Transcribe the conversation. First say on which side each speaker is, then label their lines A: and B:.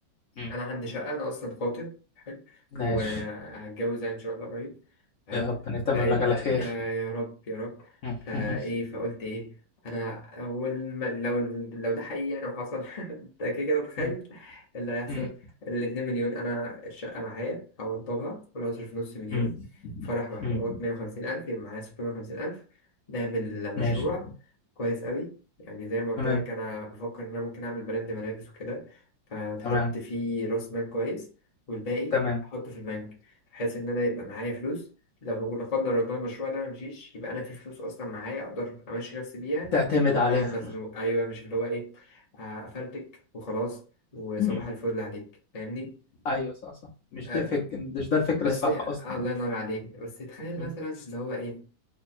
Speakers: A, on the left; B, on the left.
A: مم.
B: انا عندي شقه انا اصلا خاطب حلو وهتجوز
A: ماشي
B: يعني ان شاء الله قريب حلو
A: يا ربنا يتمم
B: فقال
A: لك على
B: يا
A: خير
B: يا رب يا رب
A: مم.
B: فايه
A: <laughs>
B: فقلت ايه انا اول ما لو لو ده حقيقي يعني وحصل <laughs> ده كده كده تخيل
A: مم.
B: اللي هيحصل
A: مم.
B: الاتنين مليون انا الشقه معايا هوضبها ولا هصرف نص مليون
A: مم.
B: فرح بحوارات
A: مم.
B: مية وخمسين ألف يبقى معايا ستمية وخمسين ألف نعمل
A: ماشي
B: مشروع كويس قوي يعني زي ما قلت
A: تمام
B: لك أنا بفكر إن أنا ممكن أعمل براند ملابس وكده هتحط
A: تمام
B: فيه راس مال كويس والباقي
A: تمام
B: احطه في البنك بحيث ان انا يبقى معايا فلوس لو لا قدر الله المشروع ده ممشيش يبقى انا في فلوس اصلا معايا اقدر امشي نفسي بيها
A: تعتمد
B: لو
A: عليها
B: انا مزنوق ايوه مش اللي هو ايه آه، افلتك وخلاص وصباح
A: مم.
B: الفل عليك فاهمني
A: ايوه صح صح مش
B: آه،
A: دي فك... مش ده الفكر
B: بس
A: الصح
B: آه،
A: اصلا
B: الله ينور عليك بس تخيل
A: مم.
B: مثلا اللي هو ايه